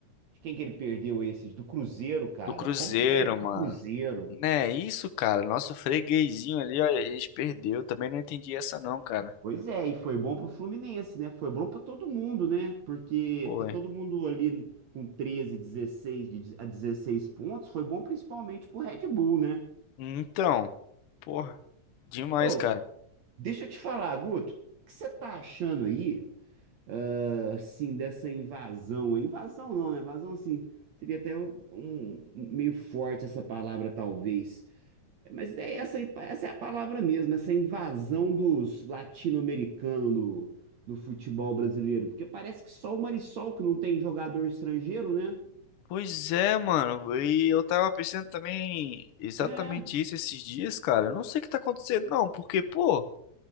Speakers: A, on the right (about 65°); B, on the left (about 70°).
A: de quem que ele perdeu esses? Do Cruzeiro, cara.
B: Do Cruzeiro,
A: Como que perde pro
B: mano.
A: Cruzeiro?
B: Né, isso, cara. Nosso freguesinho ali, ó, a gente perdeu. Também não entendi essa não, cara.
A: Pois é, e foi bom pro Fluminense, né? Foi bom pra todo mundo, né? Porque
B: foi
A: tá todo mundo ali com 13, 16, de- a 16 pontos. Foi bom principalmente pro Red Bull, né?
B: Então, porra, demais,
A: Ô,
B: cara.
A: deixa eu te falar, Guto, o que você tá achando aí, ah, assim, dessa invasão? aí? Invasão não, né? Invasão, assim, seria até um, um- meio forte essa palavra, talvez. Mas é essa, essa é a palavra mesmo, essa invasão dos latino-americanos no, no futebol brasileiro. Porque parece que só o Marisol que não tem jogador estrangeiro, né?
B: Pois é, mano. E eu tava pensando também exatamente
A: É.
B: isso esses dias, cara. Eu não sei o que tá acontecendo, não, porque, pô,